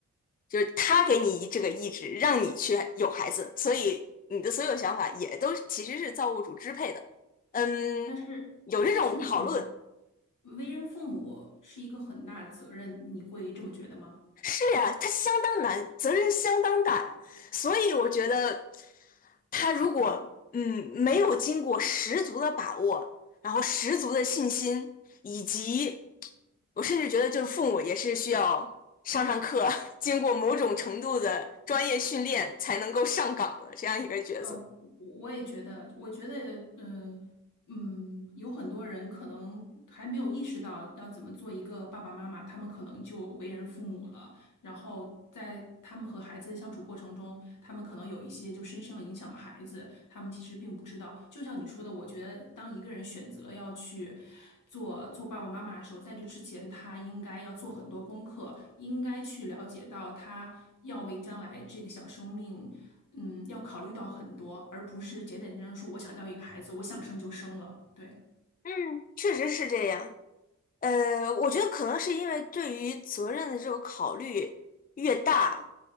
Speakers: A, on the left; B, on the left.
A: 就是他给你这个意志，让你去有孩子，所以你的所有想法也都其实是造物主支配的。嗯，
B: 但是但是你嗯
A: 有这种讨论，
B: 为人父母是一个很大的责任，你会这么觉得吗？
A: 是呀，他相当难，责任相当大呀。所以我觉得，他如果嗯没有经过十足的把握，然后十足的信心，以及我甚至觉得就是父母也是需要上上课，<laughs> 经过某种程度的专业训练才能够上岗的这样一个角色。
B: 呃，我我也觉得，我觉得，嗯嗯，有很多人可能还没有意识到要怎么做一个爸爸妈妈，他们可能就为人父母了，然后在他们和孩子的相处过程中，他们可能有一些就深深的影响了孩子，他们其实并不知道。就像你说的，我觉得当一个人选择要去做做爸爸妈妈的时候，在这之前，他应该要做很多功课，应该去了解到他要为将来这个小生命。嗯，要考虑到很多，而不是简简单单说我想要一个孩子，我想生就生了。对，
A: 嗯，确实是这样。呃，我觉得可能是因为对于责任的这个考虑越大，